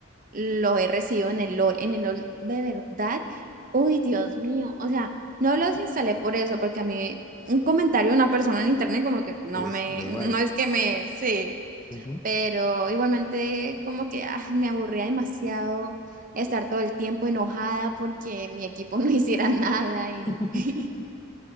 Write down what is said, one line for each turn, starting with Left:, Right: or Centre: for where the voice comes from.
Right: lo he recibido en el LOL. En el LOL, de verdad, uy, Dios mío. O sea, no los instalé por eso, porque a mí un comentario de una persona en internet como que no
Left: pues
Right: me,
Left: da igual.
Right: no es que me, sí,
Left: Ujú.
Right: pero igualmente como que ah, me aburría demasiado estar todo el tiempo enojada porque mi equipo no <laughs> hiciera nada y
Left: <laughs>
Right: <laughs>